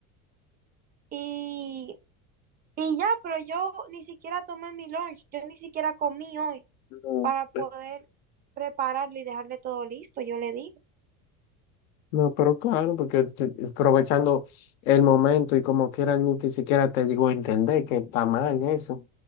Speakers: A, on the right (about 25°); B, on the left (about 90°).
A: y, y ya, pero yo ni siquiera tomé mi lunch, yo ni siquiera comí hoy
B: No,
A: para
B: hombre.
A: poder prepararle y dejarle todo listo, yo le dije.
B: No, pero claro, porque te- aprovechando el momento y como quiera ni que siquiera te llegó a entender que está mal eso.